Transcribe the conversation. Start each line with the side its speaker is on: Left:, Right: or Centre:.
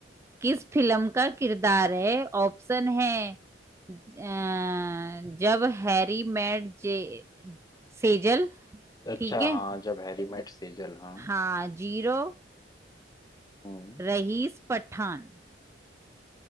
Right: किस फिल्म का किरदार है ऑप्शन है अ, जब हैरी मेट जे सेजल
Left: अच्छा
Right: ठीक है
Left: हाँ जब हैरी मेट सेजल हाँ
Right: हाँ जीरो
Left: हम्म
Right: रईस पठान